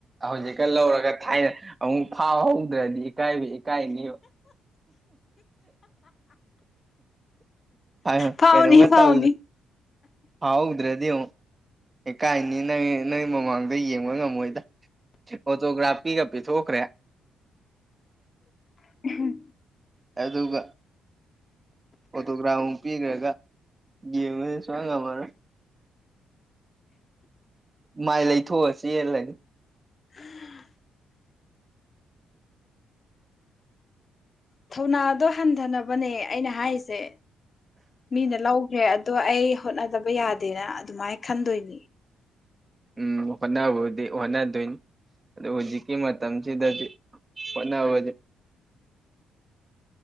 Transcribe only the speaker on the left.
ꯐꯥꯎꯅꯤ
ꯐꯥꯎꯅꯤ
ꯎ <unintelligible>
<inaudible> ꯊꯧꯅ ꯗꯣ ꯊꯟꯊꯅꯕꯅꯦ ꯑꯩꯅ ꯍꯥꯏꯔꯤꯁꯦ ꯃꯤꯅ ꯂꯧꯈ꯭ꯔꯦ ꯑꯗꯣ ꯑꯩ ꯍꯣꯠꯅꯗꯕ ꯌꯥꯗꯦꯅ ꯑꯗꯨꯃꯥꯏꯅ ꯈꯟꯗꯣꯏꯅꯤ